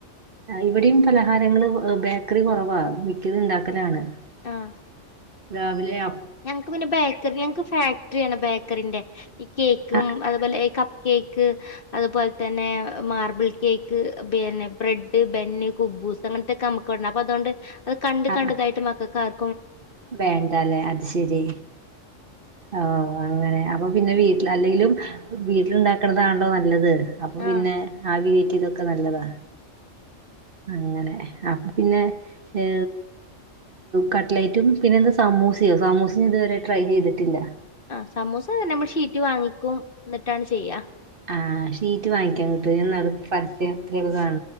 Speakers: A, on the right; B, on the left.
A: ഇവിടെയും പലഹാരങ്ങള് ബേക്കറി കുറവാ മിക്കത് ഇണ്ടാക്കലാണ്. <unintelligible>
B: ആഹ്
A: രാവിലെ ആ
B: ഞങ്ങക്ക് പിന്നെ ബേക്കറി ഞങ്ങക്ക് ഫാക്ടറിയാണ് ബേക്കറിന്റെ ഈ കേക്കും
A: ആഹ്
B: അതുപോലെ കപ്പ കേക്ക് അതുപോലെ തന്നെ മാർബിൾ കേക്ക് പിന്നെ ബ്രെഡ് ബന്ന് കുബു ബൂസ് അങ്ങനത്തോക്കെ ന്നമക്ക് ഇവടെണ്ട് അപ്പം അതോണ്ട് കണ്ട്
A: ആഹ്
B: കണ്ടതായിട്ട്
A: ആഹ്
B: മക്കൾക്കകാർ
A: വേണ്ടല്ലേ. അത് ശരി ആ ഓ അങ്ങനെ അപ്പൊ പിന്നെ വീട്ടിൽ അല്ലെങ്കിലും വീട്ടിലു ണ്ടാക്കണതാണല്ലോ നല്ലത്. അപ്പൊ
B: ആഹ്
A: പിന്നെവീട്ത്തൊക്കെ നല്ലതാണ്. അങ്ങനെ അപ്പ് പിന്നെ ഏ കട്ലൈറ്റും പിന്നെന്താ സാമു സമൂസിയോ സാമൂസന് ഇതുവരെ ട്രൈ ചെയ്തിട്ടില്ല.
B: ആ സമൂസന്നെ നമ്മൾ ഷീറ്റ് വാങ്ങിക്കും. എന്നിട്ടാണ് ചെയ്യാ
A: ആഹ് ഷീറ്റ് വാങ്ങിക്കാ കിട്ട <inaudible> എന്ന പരസ്യത്തില <inaudible> കാണ